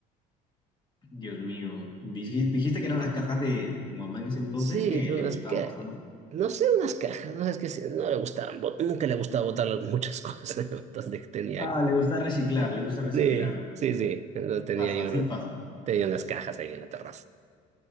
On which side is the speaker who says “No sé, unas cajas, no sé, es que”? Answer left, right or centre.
Right